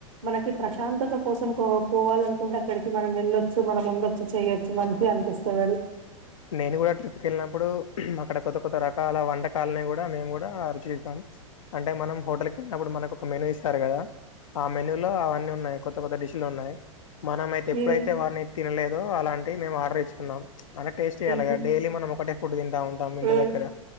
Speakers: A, on the right; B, on the left.
A: మనకి ప్రశాంతత కోసం కో పోవాలనుకుంటే అక్కడికి మనం వెళ్ళొచ్చు మనం ఉండొచ్చు చెయొచ్చు. మంచిగ అనిపిస్తదది.
B: నేను కూడా ట్రిప్కి వెళ్ళినప్పుడు, అక్కడ కొత్త కొత్త రకాల వంట కాలని కూడా మేము కూడా చేసాం అంటే మనం హోటల్ కెళ్ళినప్పుడు మనకు ఒక మెన్యూ ఇస్తారు కదా, ఆ మెన్యూలో అవన్నీ ఉన్నాయి, కొత్త కొత్త డిషలు ఉన్నాయి. మనం అయితే
A: హ్మ్
B: ఎప్పుడైతే వాని తినలేదో, అలాంటి మేము ఆర్డర్ ఇచ్చుకున్నాం. టేస్ట్యాల
A: హుహు.
B: గద డైలీ మనం ఒకటె కుడు తిన్ టా ఉంటాం ఇంటి
A: హ్మ్.
B: దగ్గర